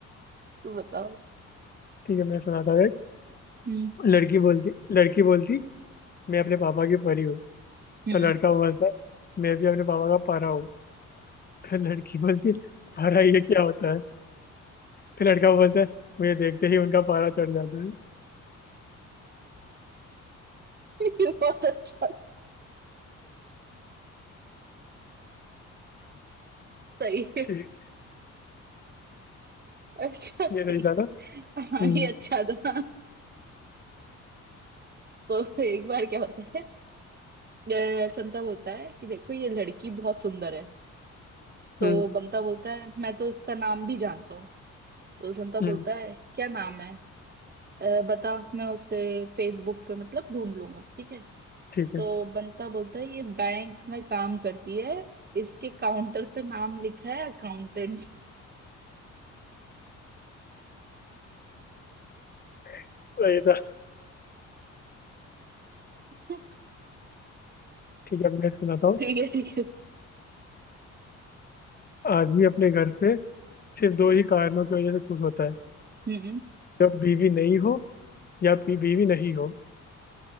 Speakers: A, on the right; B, on the left.
A: तू बताओ
B: ठीक है मैं सुनाता हूँ एक।
A: हम्म
B: लड़की बोलती लड़की बोलती मैं अपने पापा की परी हूँ
A: हम्म
B: तो लड़का बोलता है मैं भी अपने पापा का परा हूँ फिर लड़की बोलती है परा ये क्या होता है फिर लड़का बोलता है मुझे देखते ही उनका पारा चढ़ जाता है
A: <laughs> बहुत अच्छा सही है
B: ठीक
A: अच्छा
B: ये सही
A: ठीक
B: था ना
A: है हाँ
B: हम्म
A: ये अच्छा था तो एक बार क्या होता है अ, संता बोलता है कि देखो ये लड़की बहुत सुंदर है तो
B: हम्म
A: बंता बोलता है मैं तो इसका नाम भी जानता हूँ तो संता बोलता
B: हम्म
A: है क्या नाम है "अ, बता मैं उसे फेसबुक पे मतलब ढूंढ लूंगा ठीक है
B: ठीक
A: तो
B: है
A: बंता बोलता है ये बैंक में काम करती है इसके काउंटर पे नाम लिखा है अकाउंटेंट
B: तो ये था
A: <laughs>
B: ठीक है अब मैं सुनाता हूँ
A: ठीक है ठीक है
B: आदमी अपने घर पे सिर्फ दो ही कारणों की वजह से खुश होता है
A: हम्म
B: जब बीवी नहीं हो या फिर बीवी नहीं हो